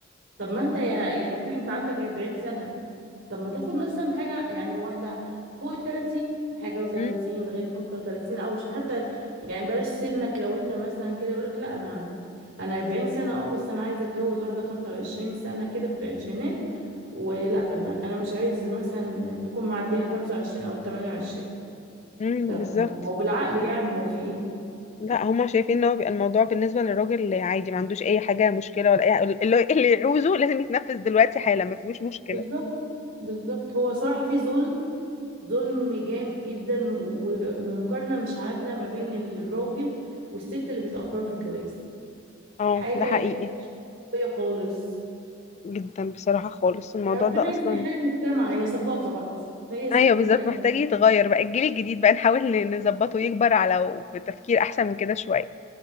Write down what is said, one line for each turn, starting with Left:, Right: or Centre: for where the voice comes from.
Right: طب ما انت يا يا حبيبي انت عندك 40 سنة طب ما تاخد مثلا حاجة يعني واحدة فوق ال 30 حاجة و30
Left: مم.
Right: لغاية 35 او ش- حتى يعني بلاش سنك لو انت مثلا كده يقولك لا انا انا 40 سنة اه بس انا عايزة اتجوز واحدة 25 سنة كده في العشرينات ولا انا انا مش عايز مثلا تكون معدية ال 25 او 28
Left: مم.
Right: طب
Left: بالظبط
Right: ما هو بالعقل يعني هو في ايه
Left: لا هما شايفين ان هو بيبقى الموضوع بالنسبه للراجل عادي ما عندوش اي حاجه مشكله ولا اي اللي اللي يعوزه لازم يتنفذ دلوقتي حالا ما فيهوش مشكله
Right: بالظبط بالظبط هو صراحة في ظلم ظلم جامد جدا و- ومقارنة مش عادلة ما بين الراجل والست اللي بيتأخروا في الجواز
Left: اه
Right: حاجة
Left: ده حقيقي
Right: يعني مش منطقية خالص
Left: جدا بصراحه خالص الموضوع
Right: ربنا
Left: ده اصلا
Right: يصلح حال المجتمع هي ثقافة بقى هي ثقافتنا
Left: ايوه بالظبط محتاج يتغير بقى الجيل الجديد بقى نحاول ن- نظبطه يكبر على بتفكير احسن من كده شويه